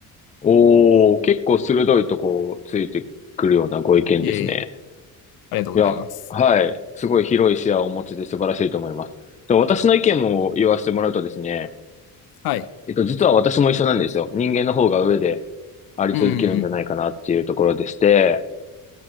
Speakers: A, on the left (about 20°); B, on the left (about 75°).
A: おー、結構鋭いとこついてくるようなご意見ですね。
B: いえいえ、ありがとうございます。
A: いや、はい。すごい広い視野をお持ちで素晴らしいと思います。で、私の意見を言わせてもらうとですね、
B: はい。
A: えっと、実は私も一緒なんですよ。人間の方が上であり続けるんじゃないかなっていうところでして、
B: うんうん